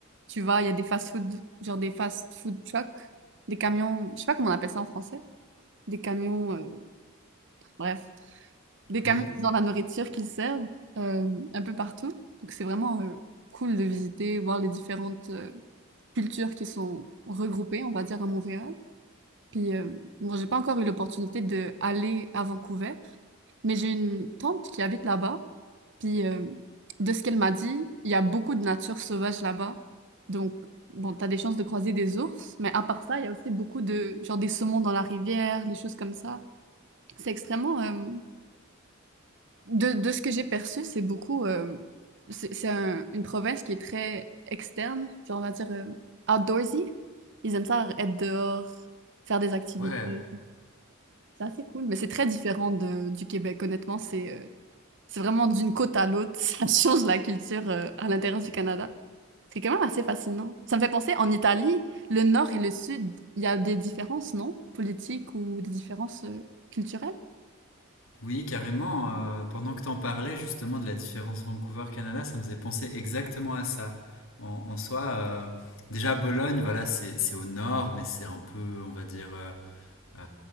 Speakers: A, on the right; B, on the left.
A: tu vas, il y a des fast-food, genre des fast-food trucks, des camions, je sais pas comment on appelle ça en français, des camions, euh, bref, des camions
B: Oui.
A: qui ont la nourriture qu'ils servent euh, un peu partout. Donc, c'est vraiment euh, cool de visiter, voir les différentes euh, cultures qui sont regroupées, on va dire, à Montréal. Puis, euh, bon, j'ai pas encore eu l'opportunité d'aller à Vancouver, mais j'ai une tante qui habite là-bas. Puis, euh, de ce qu'elle m'a dit, il y a beaucoup de nature sauvage là-bas. Donc, bon, t'as des chances de croiser des ours, mais à part ça, il y a aussi beaucoup de, genre, des saumons dans la rivière, des choses comme ça. C'est extrêmement, euh, de, de ce que j'ai perçu, c'est beaucoup. euh, c'est c'est un- une province qui est très externe, genre on va dire euh, outdoorsy. Ils aiment ça être dehors, faire des activités.
B: Ouais,
A: C'est assez cool, mais c'est très différent de, du Québec. Honnêtement, c'est euh, c'est vraiment d'une côte à l'autre. <laughs> Ça change la culture euh, à l'intérieur du Canada. C'est quand même assez fascinant. Ça me fait penser, en Italie, le nord et le sud, il y a des différences, non? Politiques ou des différences euh, culturelles?
B: oui, carrément. euh, pendant que t'en parlais justement de la différence Vancouver-Canada, ça me faisait penser exactement à ça. En, en soi, euh, déjà Bologne, voilà, c'est c'est au nord, mais c'est un peu, on va dire, euh, euh,